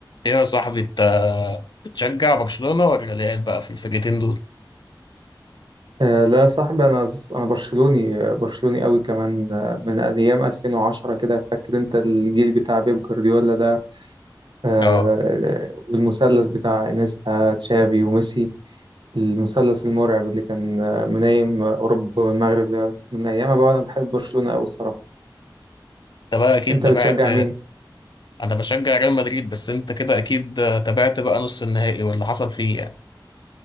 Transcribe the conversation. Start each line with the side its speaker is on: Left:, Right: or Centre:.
Left: ايه يا صاحبي انت بتشجع برشلونة ولا الريال بقى في الفرقتين دول؟
Right: آه، لا يا صاحبي انا انا برشلوني آه، برشلوني قوي كمان آه، من ايام 2010 كده فاكر انت الجيل بتاع بيب جوارديولا ده آه،
Left: اه
Right: والمثلث بتاع انيستا تشافي وميسي المثلث المرعب اللي كان آه، منايم اوروبا والمغرب ده من ايامها بقى انا بحب برشلونة قوي الصراحة
Left: انت بقى اكيد
Right: انت
Left: تابعت
Right: بتشجع مين
Left: انا بشجع ريال مدريد بس انت كده اكيد تابعت بقى نص النهائي واللي حصل فيه يعني